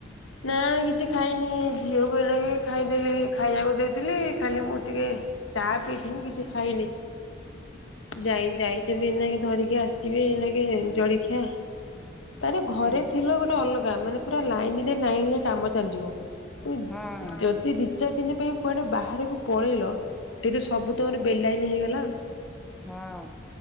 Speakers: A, on the left; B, in the centre.
A: ନା କିଛି ଖାଇନି ଝିଅକୁ ହେଲ କି ଖାଇଦେଲି ଖାଇବାକୁ ଦେଇଥିଲି ଖାଲି ମୁଁ ଟିକେ ଚା ପିଇଥିଲି କିଛି ଖାଇନି ଯାଇ ଯାଇଛଲଚନ୍ତି ଏନାକେ ଧରିକି ଆସି ଯିବେ ଏଇନାକେ ଜଳଖିଆ ତା ପରେ ଘରେ
B: ଖାଇବ
A: ଥିଲେ ଗୋଟେ ଅଲଗା ମାନେ ପୁରା ଲାଇନ ରେ ଲାଇନ ରେ କାମ ଚାଲିଯିବ
B: ହଁ
A: ଯଦି ଦି ଚାରି ଦିନ ପାଇଁ କୁଆଡେ ବାହାରକୁ ପଳେଇଲ ସେଇଠି ସବୁ ତମର ବେଲାଇନ ହେଇଗଲା ଆଉ।
B: ହଁ